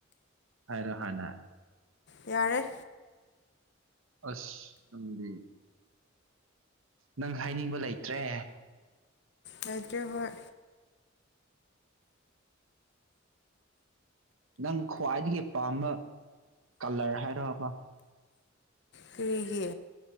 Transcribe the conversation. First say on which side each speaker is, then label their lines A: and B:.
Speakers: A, on the right; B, on the left.
A: ꯍꯥꯏꯔꯣ ꯍꯅ
B: ꯌꯥꯔꯦ
A: ꯑꯁ ꯅꯪꯗꯤ ꯅꯪ ꯍꯥꯏꯅꯤꯡꯕ ꯂꯩꯇ꯭ꯔꯦ
B: ꯂꯩꯇꯔꯦ ꯍꯣꯏ
A: ꯅꯪ ꯈ꯭ꯋꯥꯏꯗꯒꯤ ꯄꯥꯝꯕ ꯀꯂꯔ ꯍꯥꯏꯔꯣꯕ
B: ꯀꫪꯤꯒꯤ